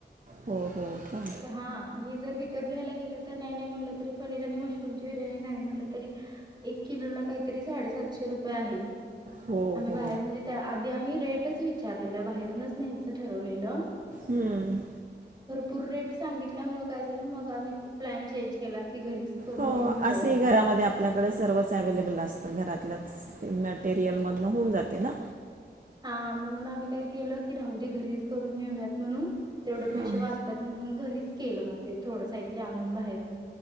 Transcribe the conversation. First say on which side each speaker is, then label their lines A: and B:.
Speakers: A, on the right; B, on the right.
A: हो. हो का
B: हा आणि जर विकत घ्यायला केल तर नाही नाही म्हटलं तरी पनीर आणि मशरूम ची बिर्याणी नाही म्हटलं तरी एक किलोला काहीतरी साडेसातशे रुपये आहे
A: हो
B: आम्ही
A: हो
B: बाहेर म्हणजे त्या आधी आम्ही रेटच विचारलेला बाहेर म्हणूनच नहायचं ठरवलेलं
A: हम्म
B: पूर रेट सांगितल्यामुळं काय झालं मग आम्ही प्लॅन चेंज केला की घरीच करून
A: हो
B: घेऊन जाऊया
A: असेही
B: म्हणून.
A: घरामध्ये आपल्याकडे सर्वच अवेलेबल असत घरातल मटेरियल मधून होऊन जाते ना.
B: हा म्हणून आम्ही काय केलं की राहू दे घरी करून नेऊयात म्हणून तेवढे पैसे
A: हां
B: वाचतात म्हणून घरीच केलं मग ते थोड साहित्य आणून बाहेरून.